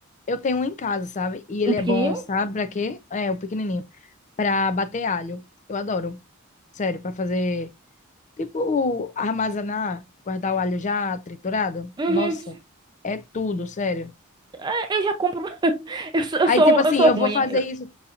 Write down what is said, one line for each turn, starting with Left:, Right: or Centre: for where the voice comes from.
Left: eu tenho um em casa, sabe? E ele
Right: Um pequenininho?
Left: é bom, sabe? Pra quê? É, o pequenininho. Pra bater alho. Eu adoro. Sério, pra fazer. Tipo, armazenar, guardar o alho já triturado.
Right: Uhum.
Left: Nossa, é tudo, sério.
Right: É, Eu já compro. <laughs> Eu sou, eu
Left: Aí,
Right: sou,
Left: tipo assim,
Right: eu sou
Left: eu
Right: ruim.
Left: vou fazer isso.